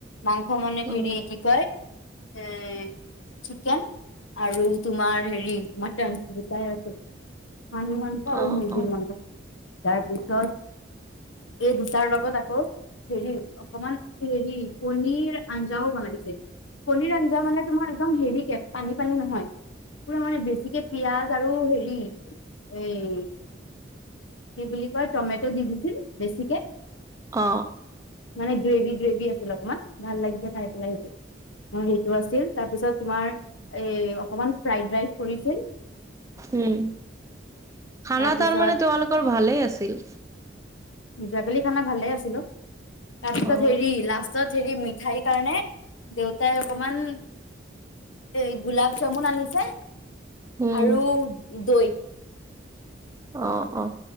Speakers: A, on the left; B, on the right.
A: মাংস মানে হেৰি
B: অ
A: কি কয় এ চিকেন। আৰু তোমাৰ হেৰি মটন দুটাই আছিল। মানুহ মাংস আৰু
B: অ
A: মুৰ্গী
B: অ
A: মাংস তাৰ পিছত এই দুটাৰ লগত আকৌ হেৰি অকমান হেৰি পনীৰ আঞ্জাও বনাইছে, পনীৰ আঞ্জা মানে তোমাৰ একদম হেৰি কে পানী পানী নহয় পুৰা মানে বেছিকে পিয়াজ আৰু হেৰি এই কি বুলি কয় টমেটো দি দিছিল বেছিকে।
B: অ।
A: মানে গ্ৰেভি গ্ৰেভি আছিল অকমান ভাল লাগিছে খাই পেলাই সেইটো। অ সেইটো আছিল, তাৰপিছত তোমাৰ এ অকমান ফ্ৰাইড ৰাইচ পৰিছিল।
B: উম খানা
A: তাৰপিছত
B: তাৰ মানে তোমালোকৰ ভালেই আছিল।
A: যোৱাকালি খানা ভালে আছিলো তাৰ পিছত
B: অ',
A: হেৰি লাষ্টত, হেৰি মিঠাই কাৰণে দেউতাই অকমান। এই গোলাপ জামুন আনিছে
B: উম,
A: আৰু দৈ।
B: অ অ।